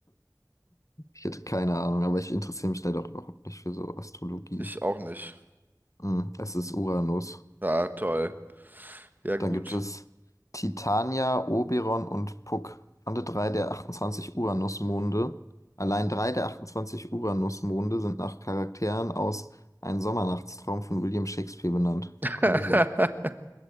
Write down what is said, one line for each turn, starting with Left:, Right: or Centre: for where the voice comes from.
Left: Ich hätte keine Ahnung, aber ich interessiere mich leider auch überhaupt nicht für so Astrologie.
Right: Ich auch nicht.
Left: Hm, es ist Uranus.
Right: Ah, toll. Ja, gut.
Left: Dann gibt es Titania, Oberon und Puck. Alle drei der 28 Uranusmonde. Allein drei der 28 Uranusmonde sind nach Charakteren aus Ein Sommernachtstraum von William Shakespeare benannt.
Right: <laughs>
Left: Crazy.
Right: Hatte